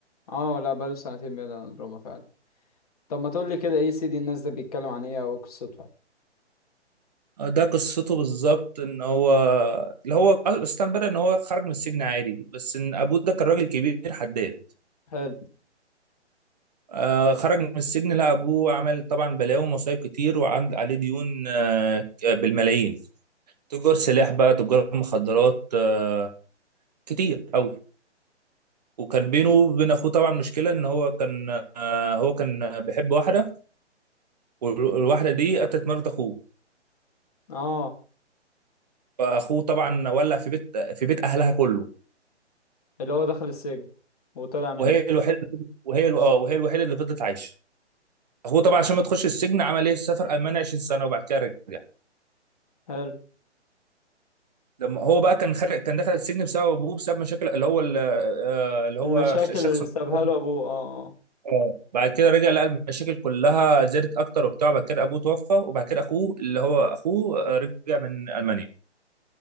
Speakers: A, on the left (about 30°); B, on the right (about 35°).
A: اه لا بقاله سنتين بعيد عن الدراما فعلا طب ما تقولي كده ايه سيدي الناس ده بيتكلم عن ايه او إيه قصته
B: آه، ده قصته بالظبط ان هو اللي هو اصلا بدأ ان هو خرج من السجن عادي بس ان ابوه ده كان راجل كبير حداد
A: حلو
B: آه خرج من السجن لقى ابوه عمل طبعا بلاوي ومصايب كتير وعند عليه ديون آه بالملايين تجار سلاح بقى تجار مخدرات آه كتير قوي وكان بينه وبين اخوه طبعا مشكله ان هو كان آه هو كان بيحب واحده والواحده دي قتلت مرات اخوه
A: اه
B: فاخوه طبعا ولع في بيت في بيت اهلها كله
A: اللي هو دخل السجن وطلع منه
B: وهي الوحيده وهي اه وهي الوحيده اللي فضلت عايشه هو طبعا عشان ما تخش السجن عمل ايه سافر المانيا 20 سنه وبعد كده رجع
A: حلو
B: لما هو بقى كان خارج كان دخل السجن بسبب ابوه بسبب مشاكل اللي هو ال- آه، اللي هو
A: المشاكل
B: ش- الشخص
A: اللي
B: اللي
A: سابها
B: دخل-
A: له ابوه اه اه
B: آه. بعد كده رجع لقى المشاكل كلها زادت اكتر وبتاع بعد كده ابوه توفى وبعد كده اخوه اللي هو اخوه آه، رجع من المانيا